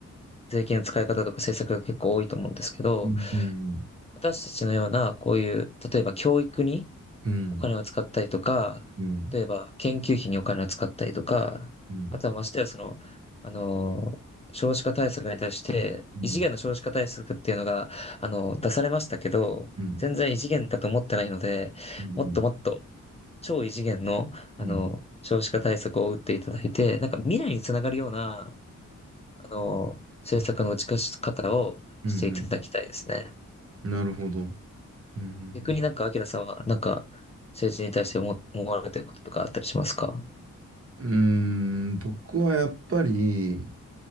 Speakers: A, on the left; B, on the right.
A: 税金の使い方とか政策が結構多いと思うんですけど、
B: うん。うん。
A: 私たちのような、こういう、例えば教育に
B: うん。
A: お金を使ったりとか、
B: うん。
A: 例えば研究費にお金を使ったりとか、
B: うん。
A: あとはましてはその、あの、少子化対策に対して、
B: うん。
A: 異次元の少子化対策っていうのが、あの、出されましたけど、
B: うん。
A: 全然異次元だと思ってないので、
B: うん。
A: もっともっと、超異次元の、あの、
B: うん。うん。
A: 少子化対策を打っていただいて、なんか未来につながるような、あの、政策の打ち出し方をしていただきたいですね。
B: うん。なるほど。うん。うん。
A: 逆になんか、アキラさんは、なんか、政治に対して思、思われてることとかあったりしますか
B: うーん僕はやっぱり、